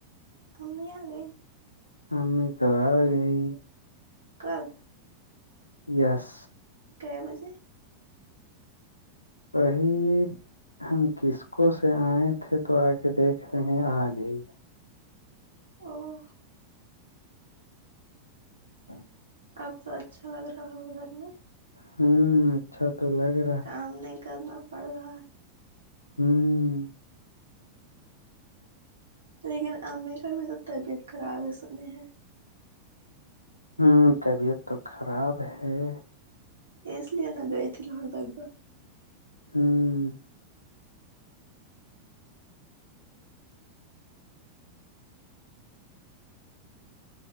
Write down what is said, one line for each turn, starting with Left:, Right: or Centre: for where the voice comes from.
Right: ممی آ گئی
Left: ممے تو اگئی
Right: کل
Left: یس
Right: گ بجے
Left: ص ہم کس کو سے آئے تھے تو آ کے دیکھ رہے ہیں آگے
Right: او
Left: ہاں
Right: اب تو اچھا لگ رہا ہو گھر میں
Left: ہوں اچھا تو لگے
Right: کام نہیں کرنا پڑا
Left: ہوں
Right: لیکن امی کا بھی تو طبیعت خراب ہی سنی ہے
Left: ہوں طبیعت تو خراب ہے
Right: اس لیے میں گئے تھی <unintelligible>
Left: ہاں